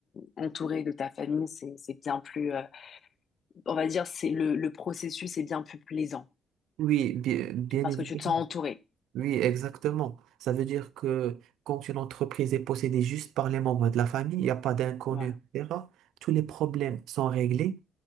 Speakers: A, on the left; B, on the right.
A: entouré de ta famille, c'est, c'est bien plus, euh, on va dire, c'est le, le processus est bien plus plaisant,
B: Oui, bien, bien
A: parce
B: évidemment.
A: que tu te sens entouré.
B: Oui, exactement. Ça veut dire que quand une entreprise est possédée juste par les membres de la famille, il n'y a pas d'inconnus,
A: Voilà,
B: etc., tous les problèmes sont réglés,